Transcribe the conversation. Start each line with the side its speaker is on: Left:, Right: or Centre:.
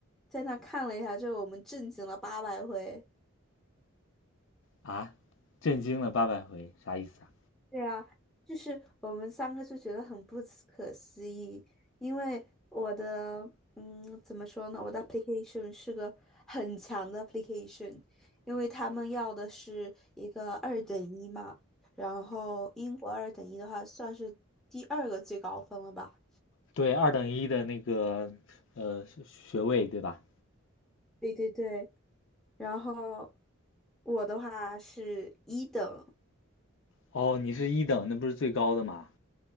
Centre: 在那看了一下之后，我们震惊了八百回。
Left: 啊，震惊了八百回，啥意思啊？
Centre: 对啊，就是我们三个就觉得很不可思议，因为我的，嗯，怎么说呢？我的 application 是个很强的 application，因为他们要的是一个二等一嘛，然后英国二等一的话算是第二个最高分了吧？
Left: 对，二等一的那个呃学学位对吧？
Centre: 对对对，然后我的话是一等，
Left: 哦，你是一等，那不是最高的嘛？